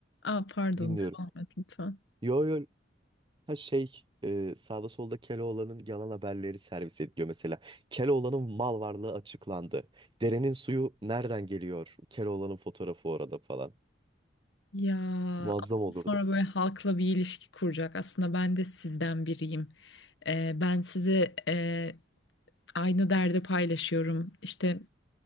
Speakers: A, on the left; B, on the right.
A: Aa pardon
B: dinliyorum.
A: devam et lütfen.
B: Yo yo Ha şey e, sağda solda Keloğlan'ın yalan haberleri servis ediliyor mesela. Keloğlan'ın mal varlığı açıklandı. Derenin suyu nereden geliyor? Keloğlan'ın fotoğrafı orada falan.
A: Ya
B: Muazzam
A: ama
B: olurdu.
A: sonra böyle halkla bir ilişki kuracak. Aslında ben de sizden biriyim. Ee, ben size e, aynı derdi paylaşıyorum. İşte